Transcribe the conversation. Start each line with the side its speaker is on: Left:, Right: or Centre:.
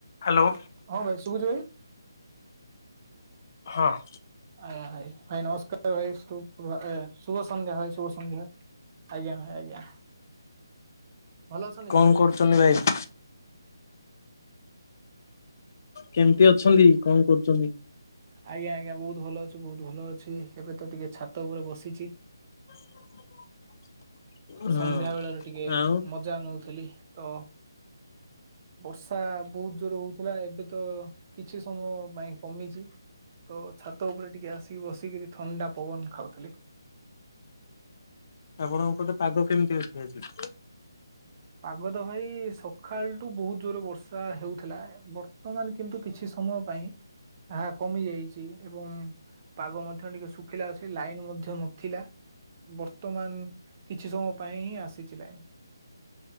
Left: Hello
Right: ହଁ, ଭାଇ ଶୁଭୁଛି ଭାଇ?
Left: ହଁ,
Right: ଆଜ୍ଞା ଭାଇ ଭାଇ ନମସ୍କାର ଭାଇ ସୁପ୍ର ଏ ଶୁଭ ସନ୍ଧ୍ୟା ଭାଇ ଶୁଭ ସନ୍ଧ୍ୟା। ଆଜ୍ଞା ଭାଇ ଆଜ୍ଞା ଭଲ ଅଛନ୍ତି
Left: କଣ
Right: ଭାଇ?
Left: କରୁଚନ୍ତି ଭାଇ? କେମିତି ଅଛନ୍ତି କଣ କରୁଚନ୍ତି?
Right: ଆଜ୍ଞା ଆଜ୍ଞା ବହୁତ ଭଲ ଅଛି ବହୁତ ଭଲ ଅଛି ଏବେ ତ ଟିକେ ଛାତ ଉପରେ ବସିଛି।
Left: <inaudible> ହୁଁ
Right: ସନ୍ଧ୍ୟା ବେଳରେ ଟିକେ
Left: ଆଉ
Right: ମଜା ନୋଉଥିଲି ତ। ବର୍ଷା ବୋହୁତ ଜୋର ହୋଉଥିଲା ଏବେ ତ କିଛି ସମୟ ପାଇଁ କମିଛି। ତ ଛାତ ଉପରେ ଟିକେ ଆସିକି ବସିକି ଥଣ୍ଡା ପବନ ଖାଉଥିଲି।
Left: ଆପଣଙ୍କ ପଟେ ପାଗ କେମିତି ଅଛି ଆଜି?
Right: ପାଗ ତ ଭାଇ ସକାଳ ବହୁତ ଜୋରରେ ବର୍ଷା ହେଉଥିଲା ବର୍ତ୍ତମାନ କିନ୍ତୁ କିଛି ସମୟ ପାଇଁ ଆ କମି ଯାଇଛି ଏବଂ ପାଗ ମଧ୍ୟ ଟିକେ ଶୁଖିଲା ଅଛି ଲାଇନ ମଧ୍ୟ ନଥିଲା ବର୍ତ୍ତମାନ କିଛି ସମୟ ପାଇଁ ହିଁ ଆସିଛି ଲାଇନ।